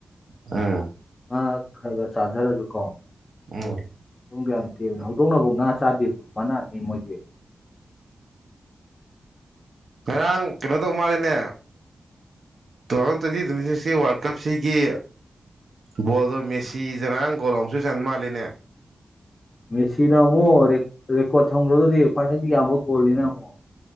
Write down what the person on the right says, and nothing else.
ꯎꯝ
ꯎꯝ
ꯉꯔꯥꯡ ꯀꯩꯅꯣ ꯇꯧ ꯃꯥꯜꯂꯤꯅꯦ ꯇꯨꯊꯥꯎꯖꯟ ꯇ꯭ꯋꯦꯟꯇꯤ ꯇ꯭ꯋꯦꯟꯇꯤꯁꯤꯛꯁ ꯀꯤ ꯋꯥꯔꯜ ꯀꯞꯁꯤꯒꯤ ꯕꫭꯜꯗꯣ ꯃꯦꯁꯤꯖꯦ ꯉꯔꯥꯡ ꯒꯣꯜ ꯑꯃꯨꯎꯁꯨ ꯃꯥꯜꯂꯤꯅꯦ